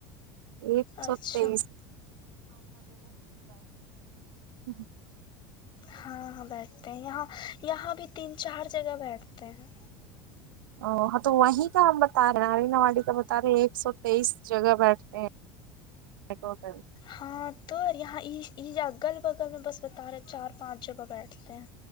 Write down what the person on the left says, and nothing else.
اچھا
ہاں ہاں بیٹھتے ہیں یہاں یہاں بھی تین چار جگہ بیٹھتے ہیں
ہاں تو یہاں اگل بگل میں بس بتا رہے چار پانچ جگہ بیٹھتے ہیں